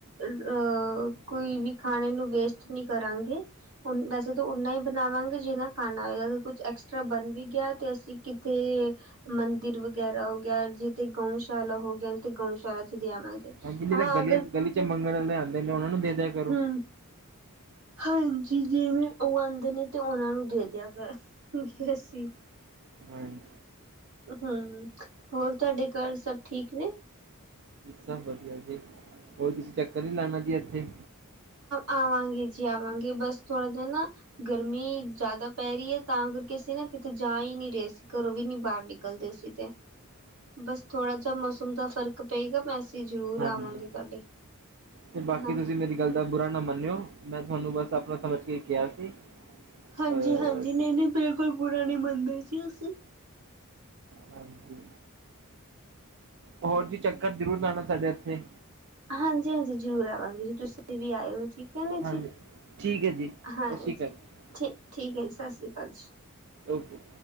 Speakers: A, on the right (about 80°); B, on the right (about 55°).
A: ਅਹ
B: ਹਾਂਜੀ
A: ਕੋਈ ਵੀ ਖਾਣੇ ਨੂੰ ਵੇਸਟ। ਨੀ ਕਰਾਂਗੇ। ਹੁਨ ਤਾਂ ਜਦੋਂ ਓਨਾ ਹੀ ਬਨਾਵਾਂਗੇ ਜਿਹਨਾ ਖਾਨਾ ਹੋਵੇਗਾ ਜੇ ਕੁਛ ਐਕਸਟਰਾ ਬਨ ਵੀ ਗਿਆ ਤੇ ਅਸੀਂ ਕਿਤੇ। ਮੰਦਿਰ ਵਗੈਰਾ ਹੋ ਗਿਆ ਜਿੇਤੇ ਗਊਸ਼ਾਲਾ ਹੋ ਗਿਆ ਤੇ ਗਊਸ਼ਾਲਾ ਚ ਦੇ ਆਵਾਂਗੇ।
B: ਹਾਂਜੀ ਨਹੀਂ
A: ਹਾਂ
B: ਤਾਂ ਗਲੀ
A: ਅਗਰ
B: ਗਲੀ ਚ ਮੰਗਣ ਵਾਲੇ ਆਂਦੇ ਨੇ ਉਹਨਾ ਨੂੰ ਦੇ ਦਿਆ ਕਰੋ।
A: ਹੂੰ ਹਾਂਜੀ ਜਿਵੇਂ ਉਹ ਆਂਦੇ ਨੇ ਤੇ ਉਹਨਾਂ ਨੂੰ ਦੇ ਦਿਆ ਕਰਗੇ ਅਸੀਂ।
B: ਹਾਂਜੀ।
A: ਹੁ ਹੋਰ ਤੁਹਾਡੇ ਘਰ ਸਭ ਠੀਕ ਨੇ।
B: ਸਭ ਵਧੀਆ ਜੀ ਹੋਰ ਤੁਸੀਂ ਚੱਕਰ ਨੀ ਲਾਨਾ ਜੀ ਇੱਥੇ।
A: ਆਵਾਂਗੇ ਜੀ ਆਵਾਂਗੇ ਬਸ ਥੋੜਾ ਜਿਹਾ ਨਾ ਗਰਮੀ। ਜ਼ਿਆਦਾ ਪੈ ਰਹੀ ਹੈ ਤਾਂ ਕਰਕੇ ਅਸੀਂ ਨਾ ਕਿਤੇ ਜਾ ਹੀ ਨਹੀਂ ਰਹੇ ਸੀ ਘਰੋਂ ਵੀ ਨੀ ਬਾਹਰ ਨਿਕਲਦੇ ਸੀ ਤੇ। ਬਸ ਥੋੜਾ ਜਿਹਾ ਮੌਸਮ ਦਾ ਫ਼ਰਕ ਪਏਗਾ ਵੈਸੇ ਜ਼ਰੂਰ
B: ਹਾਂਜੀ
A: ਆਵਾਂਗੇ ਤੁਹਾਡੇ
B: ਤੇ ਬਾਕੀ
A: ਹਾਂ
B: ਤੁਸੀਂ ਮੇਰੀ ਗੱਲ ਦਾ ਬੁਰਾ ਨਾ ਮੰਨਿਓ ਮੈਂ ਤੁਹਾਨੂੰ ਬਸ ਅਪਨਾ ਸਮਝ ਕੇ ਕਿਹਾ ਸੀ। ਅ
A: ਹਾਂਜੀ ਹਾਂਜੀ ਨਹੀਂ ਨਹੀਂ ਬਿਲਕੁਲ ਬੁਰਾ ਨਹੀਂ ਮੰਦੇ ਜੀ ਅਸੀ
B: ਹਾਂਜੀ ਹੋਰ ਜੀ ਚੱਕਰ ਜ਼ਰੂਰ ਲਾਣਾ ਸਾਡੇ ਏਥੇ।
A: ਹਾਂਜੀ ਹਾਂਜੀ ਜ਼ਰੂਰ ਆਵਾਂਗੇ ਜੀ ਤੁਸੀਂ ਵੀ ਆਇੳ ਜੀ। ਕਹਿੰਦੇ
B: ਹਾਂਜੀ
A: ਜੀ
B: ਠੀਕ ਹੈ ਜੀ
A: ਹਾਂ
B: ਸਤਿ ਸ਼੍ਰੀ
A: ਜੀ
B: ਅਕਾਲ
A: ਠੀ ਠੀਕ ਹੈ ਜੀ ਸਤ ਸ਼੍ਰੀ ਅਕਾਲ ਜੀ
B: ਓਕੇ